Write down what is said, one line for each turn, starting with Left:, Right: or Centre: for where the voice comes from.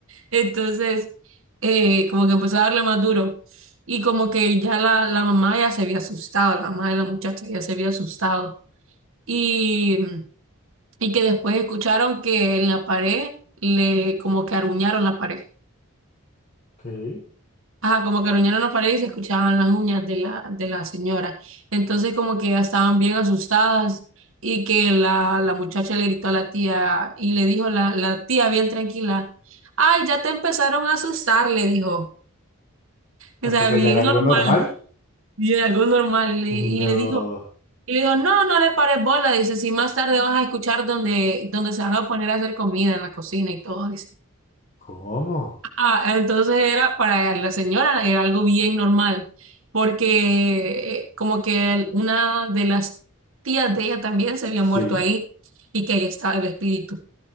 Right: Entonces, eh, como que empezó a darle más duro. Y como que ya la, la mamá ya se había asustado, la mamá de la muchacha ya se había asustado. Y, y que después escucharon que en la pared le como que aruñaron la pared.
Left: ok.
Right: Ah, como que aruñaron la pared y se escuchaban las uñas de la, de la señora. Entonces como que ya estaban bien asustadas y que la, la muchacha le gritó a la tía y le dijo la, la tía bien tranquila, ay, ya te empezaron a asustar, le dijo. O
Left: O
Right: sea,
Left: sea que
Right: bien
Left: allá era
Right: normal,
Left: algo normal.
Right: bien algo normal. Y le,
Left: No.
Right: y le digo, y le digo, no, no le pares bola. Dice, si más tarde vas a escuchar donde, donde se van a poner a hacer comida en la cocina y todo, dice.
Left: ¿Cómo?
Right: Ah, entonces era para la señora, era algo bien normal, porque eh, como que el- una de las tías de ella también se había
Left: Sí.
Right: muerto ahí y que ahí estaba el espíritu.